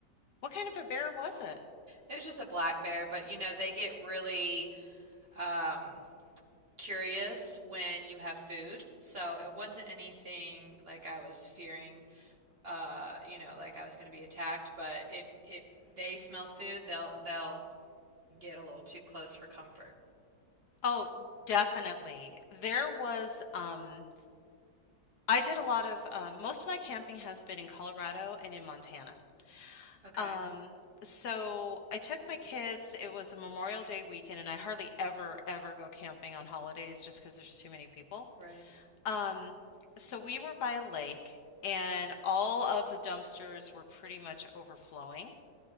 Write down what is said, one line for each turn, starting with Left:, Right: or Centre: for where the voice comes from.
Left: What kind of a bear was it?
Right: It was just a black bear, but you know, they get really um, curious when you have food. So it wasn't anything like I was fearing, uh, you know, like I was going to be attacked. But if if they smell food, they'll they'll get a little too close for comfort.
Left: Oh, definitely. There was, um, I did a lot of, uh, most of my camping has been in Colorado and in Montana.
Right: Okay,
Left: Um, so I took my kids, it was a Memorial Day weekend, and I hardly ever, ever go camping on holidays just because there's too many people.
Right: right.
Left: Um, so we were by a lake, and all of the dumpsters were pretty much overflowing.